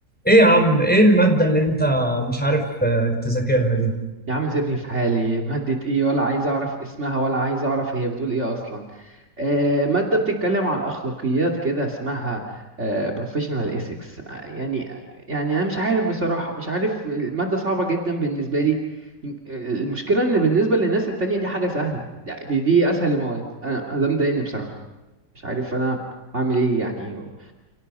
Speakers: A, in the centre; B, on the right.
A: ايه يا عم ايه المادة اللي انت مش عارف آه، تذاكرها دي
B: يا عم سيبني في حالي مادة ايه ولا عايز اعرف اسمها ولا عايز اعرف هي بتقول ايه اصلا آه مادة بتتكلم عن اخلاقيات كده اسمها آه professional ethics آه يعني يعني انا مش عارف بصراحة مش عارف المادة صعبة جدا بالنسبة لي آه، المشكلة ان بالنسبة للناس التانية دي حاجة سهلة يعني دي, دي اسهل المواد انا أنا ده مضايقني بصراحة مش عارف انا عامل ايه يعني آه